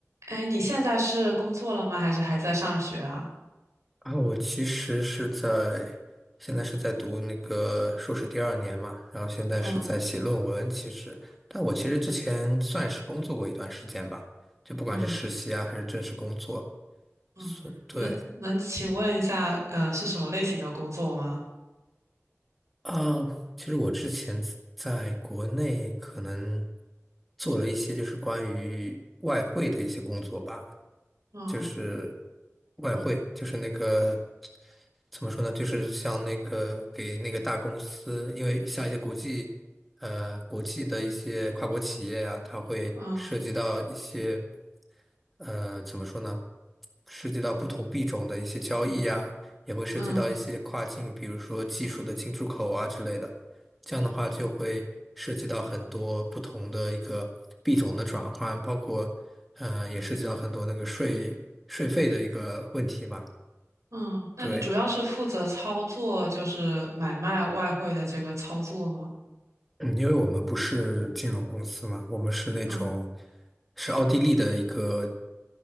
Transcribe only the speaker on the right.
哎，你现在是工作了吗？还是还在上学啊？
嗯
嗯
嗯，
能能请问一下，呃，是什么类型的工作吗？
嗯
嗯
嗯
嗯，那你主要是负责操作，
就是买卖外汇的这个操作吗？
嗯